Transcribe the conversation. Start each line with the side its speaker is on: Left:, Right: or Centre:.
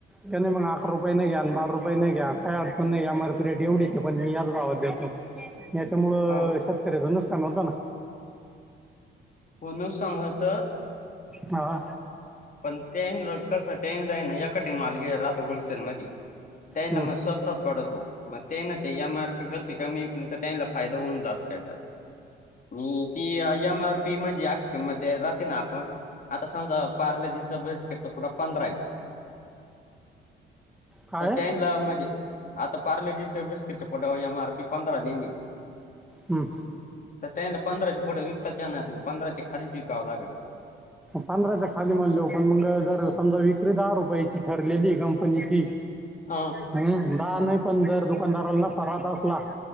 Centre: त्या नाही मग आठ रुपये घ्या आणि
Left: हम्म,
Centre: बारा रुपये घ्या काय अडचण नाही एम आर पि रेट एवढीच पण मी याच भावात देतो याच्यामुळ
Left: हा
Centre: शेतकऱ्याचं नुसतं नव्हताना
Left: हो नुकसान होत
Centre: हा
Left: पण त्या कस त्या एकाट माल घे राहतो होलसेल मध्ये त्याला
Centre: हम्म,
Left: म स्वस्त पडतो मग ते ना ते एमआरपी पेक्षा कमी विकली तर त्यांला फायदा होऊन जात त्या आणि ती एम आर पी म्हणजे आशिके मध्ये राहते ना आपण आता समजा पार्लेजीच बिस्केटच पुडा पंधरा आहे
Centre: काय
Left: तर त्या ला मजा आता पार्लेजीच्या बिस्किटच्या पोटवर एम आर पी पंधरा दिली.
Centre: हम्म
Left: तर त्याला पंधराचे पुढ विकताच येणार नाही पंधराची खालिच विकावं लागल
Centre: पंधराच्या खाली मानले पण मग जर समजा विक्री दहा रुपयाची ठरलेली का पण हिची
Left: हा
Centre: हम्म दहा नाही पण दर दुकानदारांना परात असला